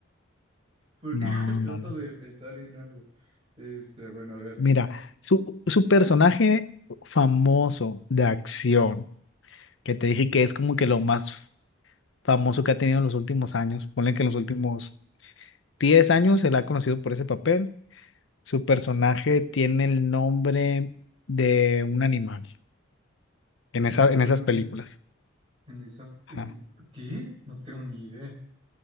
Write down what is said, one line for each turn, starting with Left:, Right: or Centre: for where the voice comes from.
Right: porque
Left: No,
Right: <laughs> trato
Left: no, no.
Right: de pensar en algo. Este, bueno, a ver,
Left: Mira, su, su personaje famoso de acción, que te dije que es como que lo más famoso que ha tenido en los últimos años, ponle que en los últimos 10 años se le ha conocido por ese papel. Su personaje tiene el nombre de un animal en esa,
Right: el nombre
Left: en esas
Right: de un,
Left: películas.
Right: en esa,
Left: Ajá,
Right: en, e, ¿qué? No tengo ni idea.